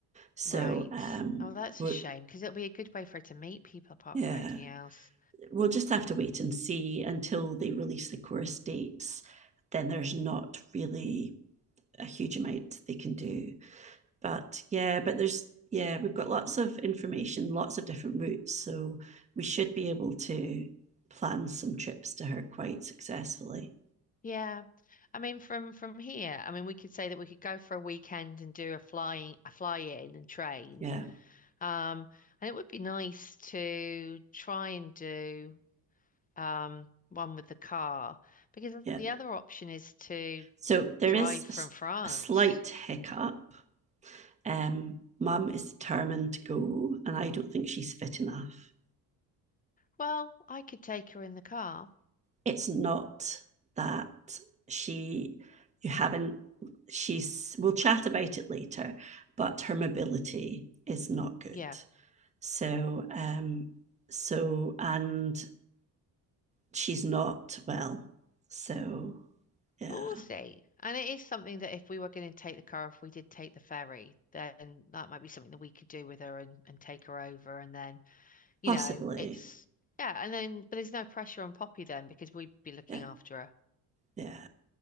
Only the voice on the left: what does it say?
right.
Oh, that's
a shame because it'll be a good way for her to meet people apart
from anything else.
Yeah. I mean, from from here, I mean, we could say that we could go for a weekend and do a flying a fly in and train.
Um, and it would be nice to try and do um one with the car because
the other option is to
drive
from France.
Well, I could take her in the car.
Yeah,
but we'll see. And it is something that if we were going to take the car, if we did take the ferry, then that might be something that we could do with her and, and take her over. And then, you
know, it's, yeah. And then, but there's no pressure on Poppy then because we'd be looking
after her.